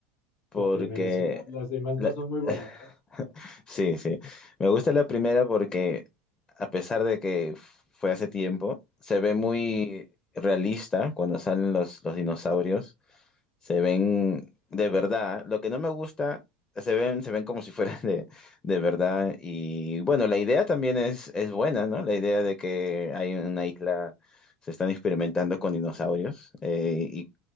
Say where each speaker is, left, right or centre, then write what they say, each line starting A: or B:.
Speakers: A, on the left; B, on the left.
A: porque,
B: La primera, sí, la- las demás
A: la-
B: no son muy buenas,
A: <laughs>
B: ¿no?
A: sí, sí, me gusta la primera porque a pesar de que fue hace tiempo, se ve muy realista cuando salen los, los dinosaurios. Se ven de verdad. Lo que no me gusta, se ven, se ven como si fueran <laughs> de, de verdad. Y bueno, la idea también es, es buena, ¿no? La idea de que hay una isla, se están experimentando con dinosaurios. eh, y